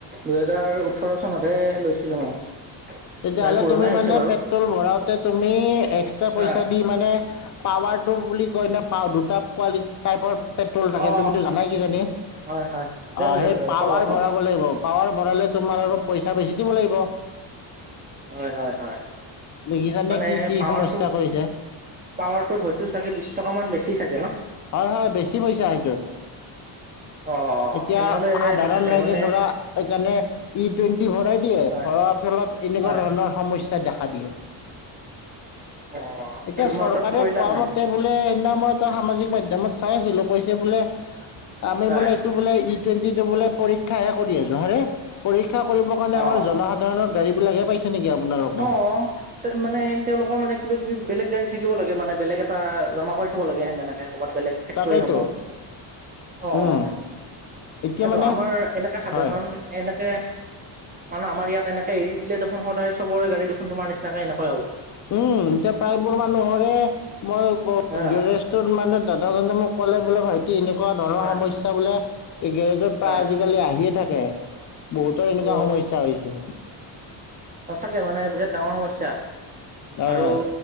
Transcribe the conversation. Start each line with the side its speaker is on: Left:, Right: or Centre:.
Right: দুহেজাৰ ওঠৰ চনতহে লৈছিলো মই।
Left: তেতিয়াহ'লে
Right: প্ৰায় পুৰণাই
Left: তুমি
Right: হৈছে
Left: মানে
Right: বাৰু
Left: পেট্ৰ'ল ভৰাওঁতে তুমি এক্সট্ৰা পইচা
Right: হয়
Left: দি মানে পাৱাৰটো বুলি কয় ন, পা দুটা কোৱালি টাইপৰ পেট্ৰ'ল থাকে,
Right: অ
Left: তুমিতো জানাই কিজানি, অ',
Right: হয় হয় জানো জানো
Left: সেই
Right: জানো
Left: পাৱাৰ
Right: পাৱাৰটো
Left: ভৰাব লাগিব। পাৱাৰ ভৰালে তোমাৰ আৰু পইচা বেছি দিব লাগিব।
Right: হয় হয়- হয়,
Left: দেখিছানে
Right: মানে
Left: কি কি
Right: পাৱাৰটোত
Left: সমস্যা কৰিছে?
Right: পাৱাৰটোত হয়তো চাগে বিছ টকামান বেছি চাগে ন।
Left: হয়- হয় বেছি পইচা সেইটোত।
Right: অ
Left: এতিয়া
Right: তেনেহ'লে
Left: সাধাৰণ
Right: সঁচাকে
Left: ৰাইজে
Right: মানে
Left: ধৰা সেইকাৰণে ই টুৱেণ্টি ভৰাই দিয়ে,
Right: হয়
Left: ভৰাৰ ফলত এনেকুৱা
Right: হয়
Left: ধৰণৰ সমস্যা দেখা দিয়ে,
Right: অ
Left: এতিয়া
Right: তোমাৰ
Left: চৰকাৰে
Right: তাত কৰিলা
Left: কোৱা
Right: নাই?
Left: মত তে বোলে সেইদিনা মই এটা সামাজিক মাধ্যমত চাই আছিলো, কৈছে বোলে, আমি
Right: হয়
Left: বোলে টো বোলে ই টুৱেণ্টিটো বোলে পৰীক্ষাহে কৰি আছো হাৰে, পৰীক্ষা কৰিবৰ কাৰণে
Right: অ
Left: আমাৰ জনসাধাৰণৰ গাড়ী বিলাকহে পাইছ ছে নেকি আপোনাৰো
Right: অ'। তে মানে তেওঁলোকৰ মানে কিবাকিবি বেলেগ গাড়ী থাকিব লাগে মানে বেলেগ এটা জমা কৰি থ'ব লাগে সেই তেনেকে ক'ৰবাত বেলেগ ফেক্টৰীসমূহত।
Left: তাকেইতো
Right: অ',
Left: উম এতিয়া
Right: তাকেতো,
Left: মানে
Right: আমাৰ এনেকে সাধাৰণ
Left: হয়
Right: এনেকে মানে আমাৰ ইয়াত এনেকে এৰি দিলে দেখোন সদায় চবৰে গাড়ী দেখুন তোমাৰ নিচিনাকে এনেকুৱাই হ'ব।
Left: উম, এতিয়া প্ৰায়বোৰ মানুহৰে মই <unintelligible>
Right: হা
Left: গেৰেজ মানে দাদাজনে মোক ক'লে বোলে ভাই এনেকুৱা ধৰণৰ
Right: হয়
Left: সমস্যাবিলাক এই গেৰেজত প্ৰায়
Right: হয়
Left: আজিকালি আহিয়ে থাকে। বহুতৰ এনেকুৱা
Right: অ
Left: সমস্যা হৈছে।
Right: সচাকে মানে বিৰাট ডাঙৰ সমস্যা,
Left: হয়
Right: আৰু
Left: হয়